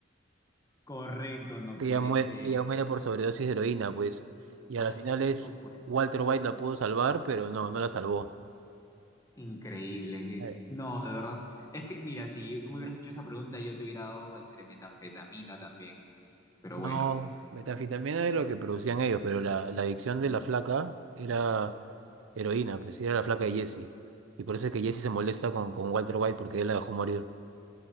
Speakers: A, on the left; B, on the right.
A: Correcto, no
B: Ella
A: puede
B: muere,
A: ser.
B: ella muere por sobredosis de heroína, pues. Y a
A: Ah,
B: la final es
A: no puede ser.
B: Walter White la pudo salvar, pero no, no la salvó.
A: Increíble, que
B: Eh.
A: no, de verdad. Es que, mira, si tú me hubieras hecho esa pregunta, yo te hubiera dado entre metanfetamina también. Pero
B: No,
A: bueno.
B: metanfetamina es lo que producían ellos, pero la, la adicción de la flaca era heroína, pues era la flaca de Jesse. Y por eso es que Jesse se molesta con, con Walter White porque él la dejó morir.